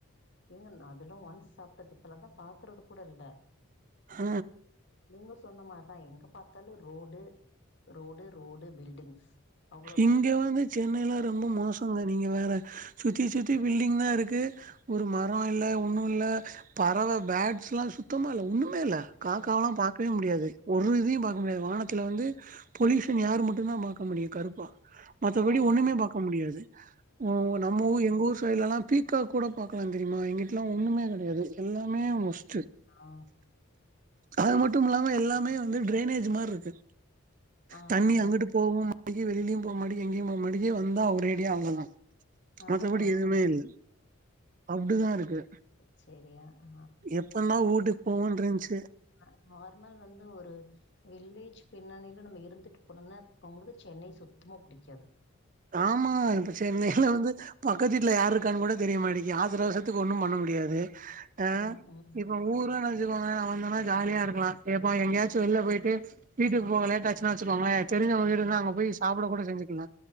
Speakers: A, on the left (about 55°); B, on the right (about 35°).
A: ஏன் அதெல்லா ஒன்ஸ் சாப்ட்டது இப்பெல்லா தா பாக்குறது கூட இல்ல
B: ஆ
A: நீங்க சொன்ன மாரிதா எங்க பாத்தாலு ரோடு ரோடு ரோடு பில்டிங்ஸ் அவ்ளோதா
B: இங்க வந்து சென்னைலா ரொம்ப மோசங்க நீங்க வேற சுத்தி சுத்தி பில்டிங் தா இருக்கு ஒரு மரோ இல்ல ஒன்னு இல்ல பறவ பேட்ஸ்லா சுத்தமா இல்ல ஒண்ணுமே இல்ல காக்காவலா
A: ம்.
B: பாக்கவே முடியாது
A: ம்.
B: ஒரு இதையு பாக்க முடியாது வானத்துல வந்து பொலியூஷன் ஏர் மட்டுந்தா பாக்க இப்ப முடியு கருப்பா மத்தபடி
A: ஆ,
B: ஒன்னுமே
A: ஆ,
B: பாக்க முடியாது ம் நம்ம ஊரு எங்க ஊரு இப்ப இல்லனா பீக்காக் கூட பாக்கலா தெரியுமா இங்கிட்லா ஒன்னுமே கெடையாது எல்லாமே மோஸ்
A: ஆ,
B: அது மட்டுமில்லாம எல்லாமே வந்து ட்ரைனேஜ் மார்ருக்கு
A: ஆ,
B: தண்ணி
A: ஆ,
B: அங்கிட்டு போகவு மட்டிக்கிது வெளியிலயு போக மாடிக்கி எங்கேயு போ மாட்டிக்கி வந்தா அவ ஒரேடியா அவ்ளோ தா
A: ஆ,
B: மத்தபடி
A: ஆ,
B: எதுவுமே
A: ஆ.
B: இல்ல அப்டிதா இருக்கு
A: சரி, சரி. ஆ.
B: எப்பனா வீட்டுக்கு போவோன்ருந்துச்சு
A: அ நார்மல் வந்து ஒரு வில்லேஜ் பின்னணியில நம்ம இருந்துட்டு போனோம்னா அவங்களுக்கு சென்னை சுத்தமா புடிக்காது
B: ஆமா இப்ப சென்னையில வந்து பக்கத்து வீட்டுல யார்ருக்கான்னு கூட தெரிய மாட்டிக்கி ஆத்தர அவசத் த்துக்கு ஒன்னும் பண்ண முடியாது ஆ
A: ம், ம்,
B: இத் நம்ம ஊர நெனைச்சுக்கோங்க நா வந்தனா ஜாலியா இருக்கலா ஏப்பா எங்கயாச்சு வெளில போயிட்டு வீட்டுக்கு போக லேட்டாச்சுனா வச்சுக்கோங்களே தெரிஞ்சவ்ங்க வீடு இருந்தா
A: ம்,
B: அங்க போயி சாப்ட கூட செஞ்சுக்கலா